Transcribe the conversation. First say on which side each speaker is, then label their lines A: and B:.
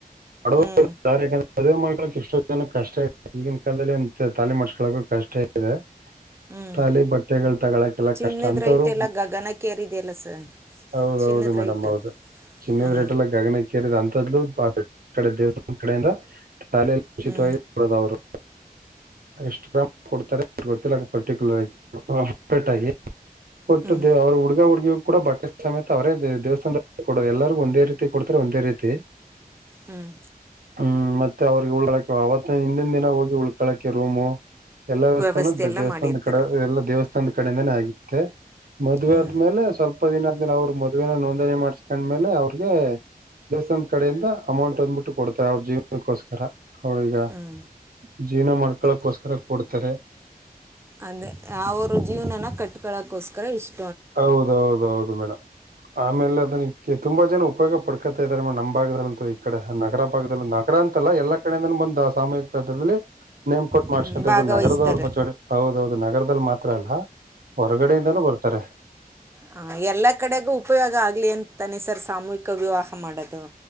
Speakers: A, on the right; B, on the right.
A: ಡ
B: ಹ್ಞೂ
A: ಯಾಕಂದೆ ಪದ ಮಾಡ ಳಕ್ ಎಷ್ಟೋ ಜನ ಕಷ್ಟ ಇದೆ ಈಗಿನ ಕಾಲದಲ್ಲಿ ತಾಲಿ ಮಾಡಸ್ಕಳಕಕ್ ಕಷ್ಟ ಇದೆ
B: ಹ್ಞೂ
A: ತಾಲಿ ಬಟ್ಟೆಗಳು ತಗೊಳಕಲ್ಲ
B: ಚಿನ್ನದ
A: ಕಷ್ಟ ಅಂಥವ್ರು
B: ರೈಟ್ ಎಲ್ಲ ಗಗನಕ್ಕೇರಿದೆಯಲ್ಲ ಸರ್
A: ಹೌದೌದು
B: ಚಿನ್ನದ
A: ಮೇಡಮ್
B: ರೈಟ್
A: ಹೌದು ಚಿನ್ನದ್
B: ಹ್ಞೂ
A: ರೇಟ್ ಎಲ್ಲ ಗಗನ ಕೇರಿದ ಅಂತದ್ದು ಪಾರ್ಫೆಕ್ ಕಡೆ ದೇವಸ್ಥಾನ ಕಡೆಯಿಂದ ಶಾಲೆಯಲ್ಲಿ ಉಚಿತವಾಗಿ
B: ಹ್ಞೂ
A: ನೋಡರು ಎಷ್ಟು ಪ್ರಮಾಣ ಕೊಡ್ತಾರೆ ಗೊತ್ತಿಲ್ಲ ಪರ್ಟಿಕ್ಯುಲರ್ ಆಗಿ ಆಗ ಕೊಟ್ಟು
B: ಹ್ಞೂ
A: ದೇ್ ಅವ್ರ ಹುಡುಗ ಹುಡ್ಗಿ ಕೂಡ ಬಟ್ಟೆ ಸಮೇತ ಅವರೇ ದೇವಸ್ಥಾನದಲ್ಲಿ ಕೊಡ ಎಲ್ಲರಿಗೂ ಒಂದೇ ರೀತಿ ಕೊಡ್ತಾರೆ ಒಂದೇ ರೀತಿ
B: ಹ್ಮ್
A: ಹ್ಮ್ ಮತ್ತೆ ಅವ್ರಿಗೆ ಉಳಾಕ ಅವತ್ತ ಹಿಂದಿನ ದಿನ ಹೋಗಿ ಉಳ್ಕಳಕೆ ರೂಮು ಎಲ್ಲಾ ವ್ಯವಸ್ಥಾನೂ
B: ವ್ಯವಸ್ಥೆ ಎಲ್ಲ
A: ದೇವಸ್ಥಾನದ
B: ಮಾಡಿರ್ತಾರೆ
A: ಕಡೆ ಎಲ್ಲಾ ದೇವಸ್ಥಾನದ ಕಡೆಯಿಂದಾನೇ ಆಗಿತ್ತೆ ಮದ್
B: ಹ್ಞೂ
A: ಆದ್ಮೇಲೆ ಸ್ವಲ್ಪ ದಿನ ಆದ್ಮೇಲೆ ಅವರು ಮದ್ವೆನ ನೋಂದಣಿ ಮಾಡ್ಸ್ಕೊಂಡ್ಮೇಲೆ ಅವ್ರಿಗೆ ದೇವಸ್ಥಾಾನ ಕಡೆಯಿಂದ ಅಮೌಂಟ್ ಅಂದ್ಬಿಟ್ಟು ಕೊಡ್ತಾರೆ ಅವ್ರ ಜೀವನಕ್ಕೋಸ್ಕರ ಅವ್ರಗ
B: ಹ್ಞೂ
A: ಜೀವನ ಮಾಡ್ಕಳಕೋಸ್ಕರ ಕೊಡ್ತಾರೆ
B: ಅಂದೆ ಅವ್ರ ಜೀವನನ ಕಟ್ಕೊಳಕೋಸ್ಕರ ಇಷ್ಟ
A: ಹೌದೌದೌದು ಮೇಡಮ ಆಮೇಲೆ ಅದನ ಈ ತುಂಬಾ ಜನ ಉಪಯೋಗ ಪಡ್ಕತಾ ಇದಾರೆ ನಮ್ಮದಾಗ ಅಂತೂ ಈ ಕಡೆ ನಗರ ಭಾಗದಲ್ಲ ನಗರ ಅಂತಲ್ಲ ಎಲ್ಲ ಕಡೆಯಿಂದ ಬಂದ ಸಾಮೂಹಿಕ ಪದದಲ್ಲಿ ನೇಮ್ ಕೊಟ್
B: ಹ್ಞೂ
A: ಮಾಡಸ್ಕೊಂಡ್ರ
B: ಭಾಗವಹಿಸ್ತಾರೆ
A: ಇ ನಗರದವ್ರ ಮ್ಡೆ ಹೌದೌದು ನಗರದಲ್ಲಿ ಮಾತ್ರ ಅಲ್ಲ ಹೊರಗಡೆಯಿಂದನೂ ಬರ್ತಾರೆ
B: ಹ ಎಲ್ಲ ಕಡೆಗೂ ಉಪಯೋಗ ಆಗಲಿ ಅಂತಾನೆ ಸರ್ ಸಾಮೂಹಿಕ ವಿವಾಹ ಮಾಡೋದು